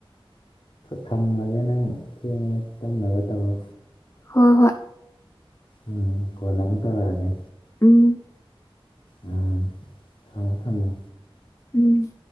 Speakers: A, on the left (about 60°); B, on the left (about 30°).
A: ꯊꯝꯃꯒꯦ ꯅꯪ ꯍ ꯇꯨꯝꯅꯕ ꯇꯧꯔꯣ
B: ꯍꯣꯏ ꯍꯣꯏ
A: ꯎꯝ ꯀꯅ ꯇꯔꯑꯒꯦ
B: ꯎꯝ
A: ꯎꯝ ꯊꯝꯃꯣ ꯊꯝꯃꯣ
B: ꯎꯝ